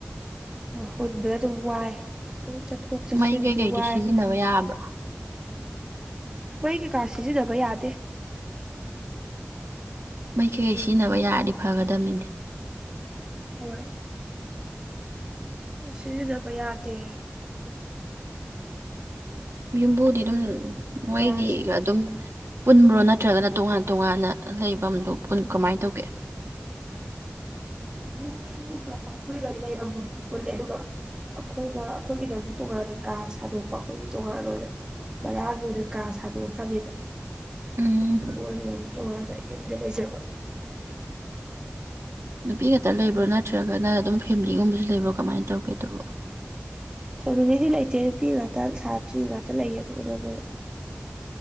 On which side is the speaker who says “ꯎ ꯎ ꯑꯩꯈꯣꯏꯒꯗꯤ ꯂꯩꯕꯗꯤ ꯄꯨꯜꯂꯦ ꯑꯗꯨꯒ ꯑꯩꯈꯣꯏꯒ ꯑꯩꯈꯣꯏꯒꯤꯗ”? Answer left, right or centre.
Right